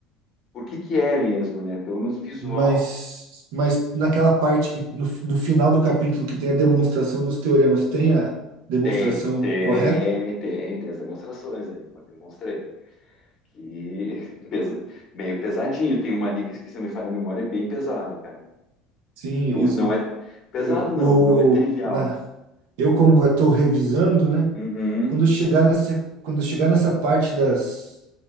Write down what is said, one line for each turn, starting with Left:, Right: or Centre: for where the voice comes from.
Left: por que que é mesmo, né? Pelo menos visual
Right: mas, mas naquela parte que, no, do final do capítulo que tem a demonstração dos teoremas, tem a demonstração
Left: tem, tem,
Right: correta?
Left: tem, tem as demonstrações, ele demonstrei. Que <laughs> pesa- meio pesadinho. Tem uma ali que, se não me falha a memória, é bem pesado, cara.
Right: Sim,
Left: Não,
Right: isso,
Left: não é pesado,
Right: eu,
Left: não,
Right: o,
Left: não é trivial.
Right: na, eu como estou revisando, né?
Left: Uhum,
Right: Quando chegar nessa, quando chegar nessa parte das